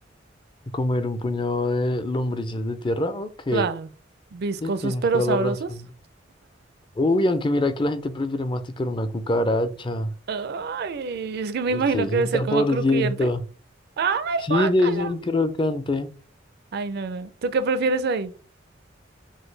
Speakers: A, on the left (about 25°); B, on the right (about 55°).
A: Comer un puñado de lombrices de tierra, ok.
B: Claro, viscosos
A: Sí, tienes
B: pero
A: toda
B: sabrosos.
A: la razón. Uy, aunque mira que la gente prefiere masticar una cucaracha.
B: Ay, es que me
A: El
B: imagino
A: sesenta
B: que debe ser como
A: por
B: crujiente.
A: ciento
B: ¡Ay,
A: Sí,
B: guácala!
A: debe ser crocante.
B: Ay, no, no. ¿Tú qué prefieres ahí?